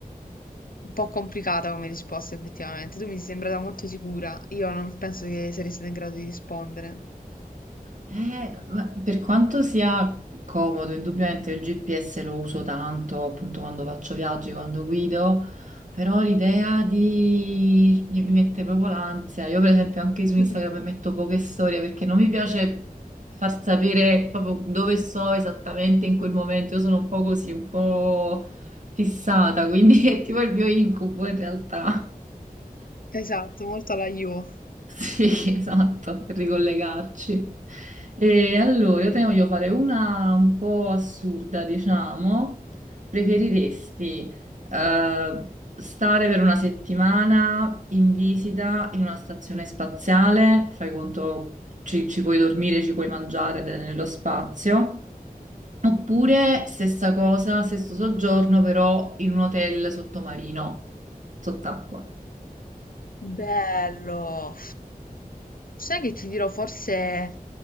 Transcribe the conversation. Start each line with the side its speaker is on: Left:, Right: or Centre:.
Left: Un po' complicata come risposta, effettivamente. Tu mi sei sembrata molto sicura. Io non penso che saresti in grado di rispondere.
Right: Eh, ma per quanto sia comodo, indubbiamente il GPS lo uso tanto appunto quando faccio viaggi, quando guido, però l'idea di... mi mette proprio l'ansia. Io per esempio anche su Instagram
Left: <laughs>
Right: metto poche storie perché non mi piace far sapere proprio dove sto esattamente in quel momento. Io sono un po' così, un po' fissata, quindi <laughs> è tipo il mio incubo in realtà.
Left: Esatto, molto alla io.
Right: Sì, <laughs> esatto, per ricollegarci. E allora, io te ne voglio fare una un po' assurda, diciamo. Preferiresti eh, stare per una settimana in visita in una stazione spaziale, fai conto, ci, ci puoi dormire, ci puoi mangiare ed è nello spazio, oppure stessa cosa, stesso soggiorno, però in un hotel sottomarino, sott'acqua.
Left: Bello. Sai che ti dirò forse